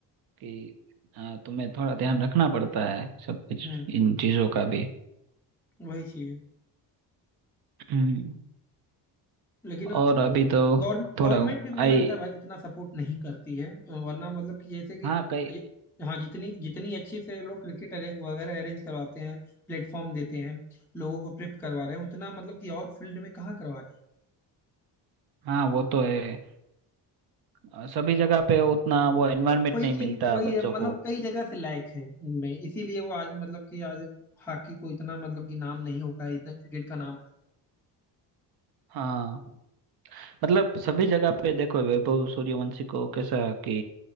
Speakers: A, on the right; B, in the centre.
A: कि आ, तुम्हें थोड़ा ध्यान रखना पड़ता है सब कुछ
B: हम्म
A: इन चीजों का भी
B: वही चीज है
A: हम्म
B: लेकिन
A: और अभी तो
B: गवर्नमेंट
A: थोड़ा
B: गवर्नमेंट भी मुझे
A: आई
B: लगता है भाई उतना सपोर्ट नहीं करती है वरना मतलब कि जैसे कि
A: हाँ कई
B: ये- हाँ जितनी जितनी अच्छी से लोग क्रिकेट अरे वगैरह अरेंज करवाते हैं प्लेटफॉर्म देते हैं लोगों को प्रेप करवा रहे हैं उतना मतलब कि और फील्ड में कहाँ करवा रहे हैं
A: हाँ वो तो है आ, सभी जगह पे उतना वो एनवायरमेंट
B: वही
A: नहीं
B: टीम
A: मिलता
B: वही
A: बच्चों
B: है मतलब
A: को
B: कई जगह से लायक है उनमें इसीलिए वो आज मतलब कि आज हॉकी को इतना मतलब कि नाम नहीं हो पाया इतना क्रिकेट का नाम है
A: हाँ मतलब सभी जगह पे देखो वैभव सूर्यवंशी को कैसा कि